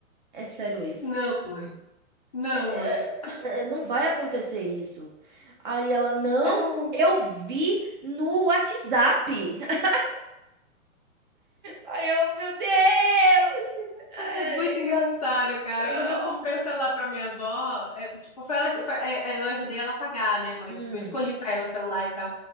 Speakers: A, on the right; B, on the left.
A: é sério isso?
B: Não, mãe. Não,
A: é,
B: mãe.
A: é, é, não vai acontecer isso. Aí ela, não,
B: Ai,
A: eu vi no WhatsApp. <laughs> Aí eu, meu Deus! <laughs> Ai,
B: é muito engraçado, cara.
A: ah.
B: Quando eu comprei o celular pra minha avó, é, tipo, foi ela, que- foi- é, é, eu ajudei ela a pagar, né? Mas,
A: Hum,
B: tipo, eu escolhi pra ela o celular e tal.